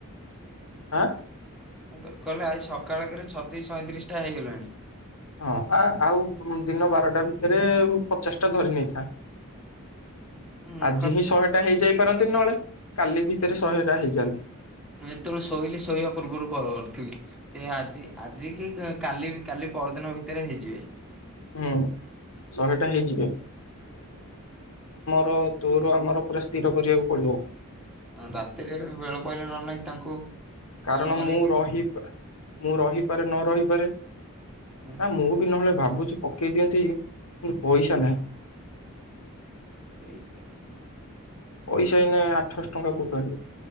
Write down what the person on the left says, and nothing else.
ଆଁ
ହଁ ଆ ଆଉ ଦିନ ବାରଟା ଭିତରେ ପଚାଶ ଟା ଧରି ନେଇଥା
ଆଜି ହିଁ ଶହେଟା ହେଇଯାଇ ପାରନ୍ତିନି ନହେଲେ କାଲି ଭିତରେ
ଶହେଟା
ହେଇଯାଆନ୍ତି
ହୁଁ ଶହେଟା ହେଇଯିବେ। ତୋରୁ ଆମର ପୁରା ସ୍ଥିର କରିବାକୁ ପଡ଼ିବ
କାରଣ
ମୁଁ ରହି ମୁଁ ରହିପାରେ ନ ରହିପାରେ,
ନା ମୁଁ ବି ନହେଲେ ଭାବୁ ଭାବୁଛିୁ ପକେଇ ଦିଅନ୍ତି କିନ୍ତୁ ପଇସା ନାହିଁ।
ପଇସା ଏଇନେ ଆଠଶହ ଟଙ୍କା କୋଉଠୁ ଆଣିବ